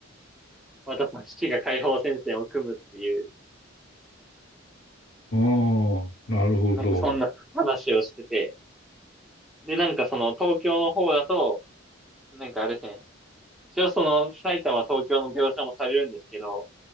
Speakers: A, in the centre; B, on the left.
A: またその滋賀解放戦線を組むっていう、
B: ああ、なるほど。
A: なんかそんな話をしてて。で、なんかその東京の方だと、なんかあれですね、一応その埼玉、東京の描写もされるんですけど、